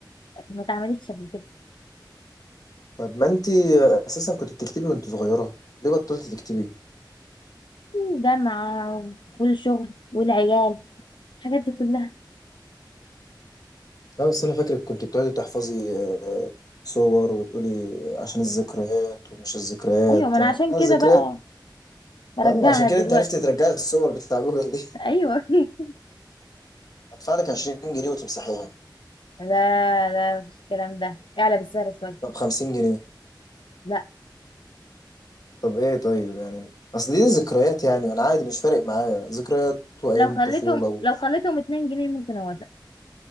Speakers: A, on the left; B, on the left.
A: ما اتعملتش قبل كده
B: طب ما انتي أساسا كنت بتكتبي وانت صغيرة ليه بطلتي تكتبي؟
A: الجامعة والشغل والعيال الحاجات دي كلها
B: لا بس انا فاكرك كنت بتقعدي تحفظي آه، صور وتقولي عشان الذكريات ومش الذكريات
A: ايوه ما انا
B: آه،
A: عشان كده
B: الذكريات
A: بقى برجعها
B: اه عشان كده
A: دلوقتي
B: انت عرفتي ترجعي الصور بتاع جوجل دي <laughs>
A: ايوه <laughs>
B: هدفع لك 20 جنيه وتمسحيها
A: لا لا مش الكلام ده اعلى بالسعر شوية
B: طب 50 جنيه
A: لا
B: طب ايه طيب يعني اصل دي ذكريات يعني وانا عادي مش فارق معايا ذكريات وايام
A: لو خليتهم
B: طفوله و
A: لو خليتهم 2 جنيه ممكن اوافق